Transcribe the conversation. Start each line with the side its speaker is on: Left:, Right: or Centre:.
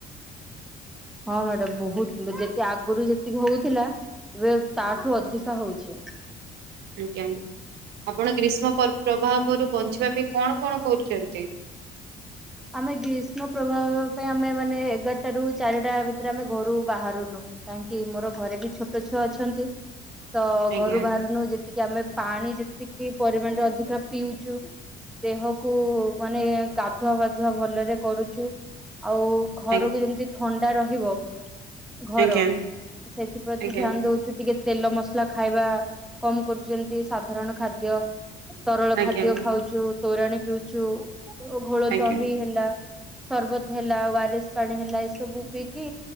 Centre: ହଁ ମ୍ୟାଡାମ ବହୁତ ଯେତେ ଆଗ ଗୁରୁ ଯେତିକି ହଉଥିଲା ଏବେ ତା ଠୁ ଅଧିକା ହଉଛି।
Right: ଆଜ୍ଞା ଆପଣ ଗ୍ରୀଷ୍ମ ପ୍ରଭାବରୁ ବଞ୍ଚିବା ପାଇଁ। କଣ କଣ କରୁଛନ୍ତି।
Centre: ଆମେ ଗ୍ରୀଷ୍ମ ପ୍ରଭାବ ପାଇଁ ଆମେ ମାନେ ଏଗାରଟା ରୁ ଚାରିଟା ଭିତରେ ଆମେ ଘରୁ ବାହାରୁନୁ କାହିଁକି ମୋର ଘରେ ବି ଛୋଟ ଛୁଆ ଅଛନ୍ତି। ତ
Right: ଆଜ୍ଞା
Centre: ଘରୁ ବାହାରୁନୁ ଯେତିକି ଆମେ। ପାଣି ଯେତିକି ପରିମାଣରେ ଅଧିକା ପିଉଛୁ ଦେହକୁ ମାନେ ଗାଧୁଆ ଭଲରେ କରୁଛୁ। ଆଉ
Right: ଆଜ୍ଞା
Centre: ଘରକୁ ଯେମତି। ଥଣ୍ଡା ରହିବ। ଘର
Right: ଆଜ୍ଞା
Centre: ସେଥିପ୍ରତି
Right: ଆଜ୍ଞା
Centre: ଧ୍ୟାନ ଦଉଛୁ ଟିକେ। ତେଲ ମସଲା ଖାଇବା କମ କରୁଛନ୍ତି ସାଧାରଣ ଖାଦ୍ୟ। ତରଳ
Right: ଆଜ୍ଞା।
Centre: ଖାଦ୍ୟ ଖାଉଛୁ। ତୋରାଣି ପିଉଛୁ। ଦହି
Right: ଆଜ୍ଞା
Centre: ହେଲା ସରବତ ହେଲା ୱାରେସ୍। ପାଣି ହେଲା ଏ ସବୁ ପିଇକି